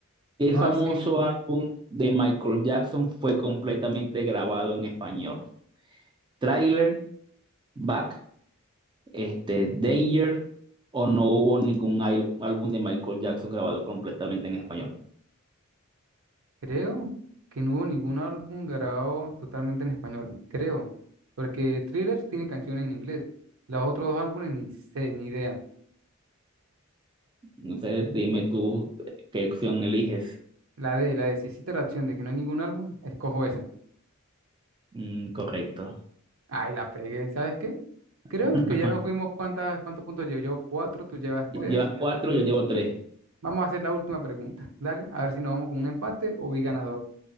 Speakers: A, on the right; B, on the right.
A: ¿Qué
B: Vamos
A: famoso
B: a ver si...
A: álbum de Michael Jackson fue completamente grabado en español? Thriller, Back, este, Danger, o no hubo ningún ai- álbum de Michael Jackson grabado completamente en español.
B: Creo que no hubo ningún álbum grabado totalmente en español, creo, porque Thriller tiene canciones en inglés, los otros dos álbumes ni sé, ni idea.
A: Entonces,
B: As-
A: dime tú qué opción eliges.
B: La de, la de, si hiciste la acción de que no hay ningún álbum, escojo esa.
A: Mm, correcto.
B: Ay, la pegué, ¿sabes qué?
A: <laughs>
B: Creo que ya nos fuimos, ¿cuántas, cuántos puntos llevo yo? Cuatro, tú llevas tres.
A: Llevas cuatro, yo llevo tres.
B: Vamos a hacer la última pregunta, dale, a ver si nos vamos con un empate o vi ganador.